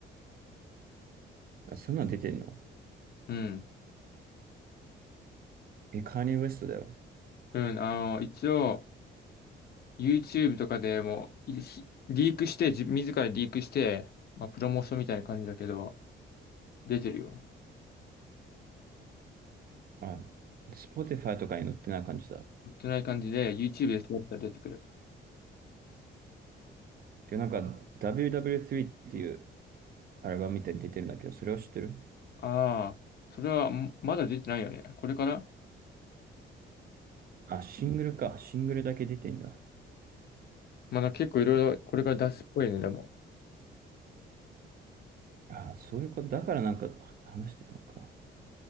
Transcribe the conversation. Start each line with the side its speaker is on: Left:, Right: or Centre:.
Right: あ、そんなの出てんの
Left: うん。
Right: え、カーニエ・ウエストだよ。
Left: うん、あの、一応、YouTube とかでもう、いひリークして、自自らリークして、まあ、プロモーションみたいな感じだけど、出てるよ。
Right: あ、Spotify とかに載ってない感じだ。
Left: 売ってない感じで、YouTube で調べたら出てくる。
Right: で、なんか WW3 っていうアルバムみたいに出てるんだけど、それを知ってる
Left: ああ、それは、んまだ出てないよね。これから
Right: あ、シングルか。シングルだけ出てんだ。
Left: まだ結構いろいろ、これから出すっぽいね、でも。
Right: あ、そういうこと。だからなんかは話してたのか。